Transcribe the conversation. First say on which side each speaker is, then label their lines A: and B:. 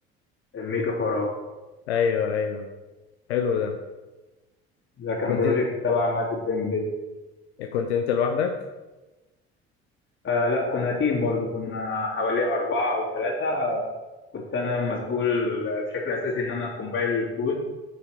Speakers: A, on the left; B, on the left.
A: ميجا فاراد
B: أيوه أيوه حلو ده
A: ده كان
B: كنت
A: بروجكت تبع مادة انفيديا
B: كنت أنت لوحدك
A: آه لا كنا تيم برضو كنا حوالي أربعة أو ثلاثة كنت أنا مسؤول بشكل أساسي إن أنا كومبايل الكود